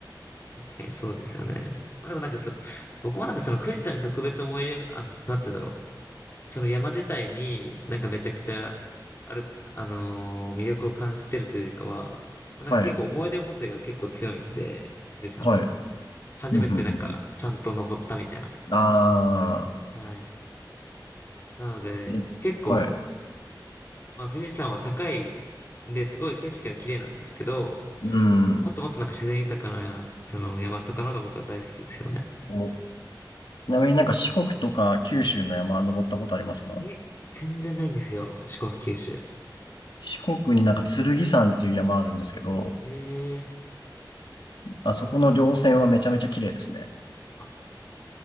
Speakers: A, on the left; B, on the left.
A: 確かにそうですよね。まあでもなんかそ、僕もなんかその富士山に特別思い入れが、あ、なんて言うんだろう。その山自体になんかめちゃくちゃ、ある、あのー魅力を感じてるというよりかは、なんか結構思い出補正が結構強いんで、
B: はい、
A: 富士山は。
B: はい。
A: 初めてなんかちゃんと登ったみたいな。
B: うん、ふんふんふん。あ
A: はい。なので、
B: ー、え、
A: 結構
B: はい。
A: まあ、富士山は高いんで、すごい景色は綺麗なんですけど、
B: うん。
A: もっともっとなんか自然豊かな、その山とかのが僕は大好きですよね。
B: お、ちなみになんか四国とか九州の山登ったことありますか
A: え、全然ないんですよ、四国九州。
B: 四国になんか剣山っていう山あるんですけど、
A: ええ
B: あそこの稜線はめちゃめちゃ綺麗ですね。
A: あ、